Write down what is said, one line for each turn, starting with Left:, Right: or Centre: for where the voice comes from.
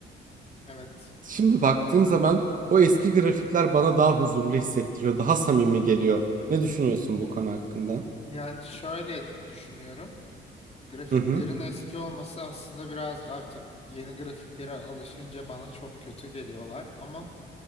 Left: Evet.
Right: Şimdi baktığım zaman o eski grafikler bana daha huzurlu hissettiriyor, daha samimi geliyor. Ne düşünüyorsun bu konu hakkında?
Left: Yani şöyle düşünüyorum. Grafiklerin
Right: Hı hı.
Left: eski olması aslında biraz artık yeni grafiklere alışınca bana çok kötü geliyorlar ama